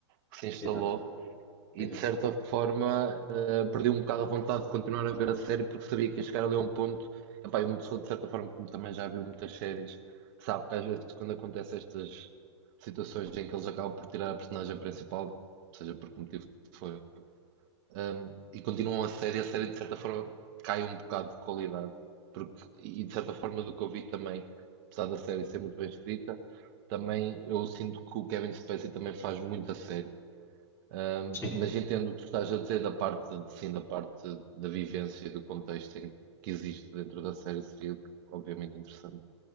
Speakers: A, on the right; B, on the left.
A: que se instalou.
B: Exato, exato.
A: E de certa forma eh, perdi um bocado a vontade de continuar a ver a série porque sabia que ia chegar ali a um ponto. Epá, e uma pessoa, de certa forma, como também já viu muitas séries, sabe que às vezes quando acontecem estas situações em que eles acabam por tirar a personagem principal, seja por que motivo foi, hum, e continuam a série, a série de certa forma cai um bocado de qualidade. Porque, e de certa forma, do que eu vi também, apesar da série ser muito bem escrita, também eu sinto que o Kevin Spacey também faz muita série Ahm,
B: Sim.
A: mas entendo o que tu estás a dizer da parte, sim, da parte da vivência e do contexto em que que existe dentro da série seria obviamente interessante.